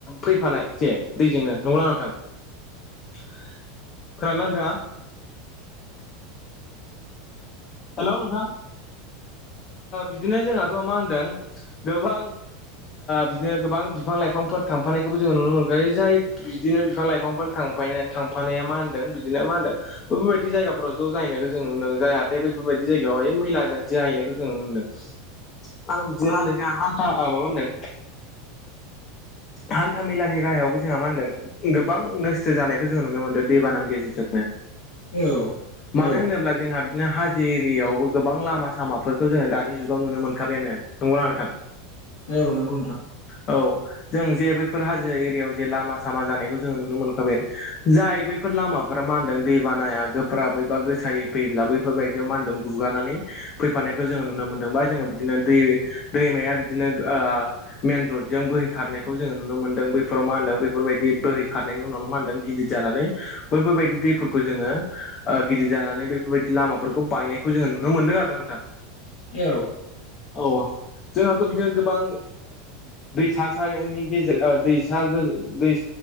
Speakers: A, on the left (about 35°); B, on the left (about 85°).
A: फैफानाय जे दैजोंनो नंगौना नङा नोंथां <unintelligible> खोनादोंना नोंथाङा हेल' नोंथां बिदिनो जोंहाथ मा होनदों गोबां बिदिनो गोबां बिफां लाइफांफोर थांफानायखौबो जोङो नुनो मोनगोन जाय बिदिनो बिफां लाइफांफोर थां थांफानाया मा होनदों बिदिनो मा होनदों बेफोरबायदि जायगाफोराव ज' जाहनायखौ जों नुनो मोनो जाय दे बैफोरबायाददि जायगायावहाय मैला जाहैनायखौ जों नुनो मोनदों आरो बिदिनो मा होनदों जोंहा हान्था माबा होनदों हान्था मेलानि राहायावबो जोंहा मा होनदों गोबां नस्थ' जानायखौ जोङो नुनो मोनदों दैबानानि गेजेरजों
B: औ
A: मानो
B: औ
A: होनोब्ला जोंहा बिदिनो हाजो एरियायावबो गोबां लामा सामाफोरखौ जोङो दानि जुगाव नुनो मोनखाबायानो नंगौना नोंथां?
B: औ नंगौ नोंथां
A: औ जों जे बैफोर हाजो एरियायाव जे लामा सामा जानायखौ जोङो नुनो मोनखाबोन जाय बैफोर बेफोर लामाफोरा मा होनदों दै बानाया गोब्राबैबा गोसायै फैब्लाबो बेफोरबायदियाव मा होनदों गुगानानै फैफानायखौ जोङो नुनो मोनदों बा जोङो बिदिनो दै दैमाया बिदिनो ओ मेन रडजों बोहै खारनायखौ जोङो नुनो मोन्दों बैफोराव मा होनदों बैफोरबायदि बोहै खारनायनि उनावनो मा होनदों गिदिर जानानै बैफोरबायदि दैफोरखौ जोङो गिदिर जानानै बेफोरबायदि लामाखौ बे फोरफोरखौ बायनायखौ जोङो नुनो मोनदों आरो ना नोंथां
B: औ
A: औ जोंहाथ' बिदिनो गोबां दैसा गेजेर दैसा गो दै